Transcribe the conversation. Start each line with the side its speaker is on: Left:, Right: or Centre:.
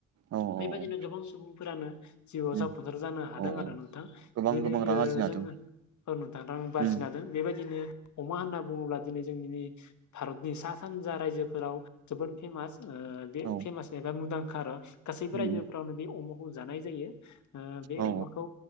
Right: औ
Left: बेबायदिनो
Right: औ
Left: गोबां सुबुंफोरानो जिउआव
Right: उम
Left: जाफुंसार जानो हादों
Right: औ
Left: आरो नोंथां।
Right: गोबां
Left: दिनै
Right: गोबां रां
Left: ओ
Right: आरजिनो हादों
Left: जोङो <unintelligible> नोथां
Right: उम
Left: <unintelligible> <unintelligible> बेबायदिनो अमा होनना बुङोब्ला दिनै जों भारतनि सा सानजा रायजो फोराव जोबोद फेमास ओ बे
Right: औ
Left: फेमास एबा मुंदांखा आर' गासैबो
Right: उम
Left: रायजोफोरावनो बे अमाखौ जानाय जायो ओ बे
Right: औ
Left: अमाखौ